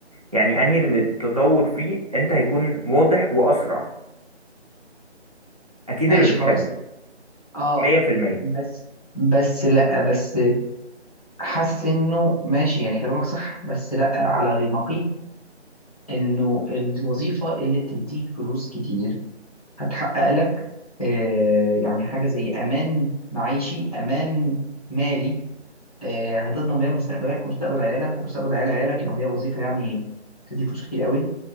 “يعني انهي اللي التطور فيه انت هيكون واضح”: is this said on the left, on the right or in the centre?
Right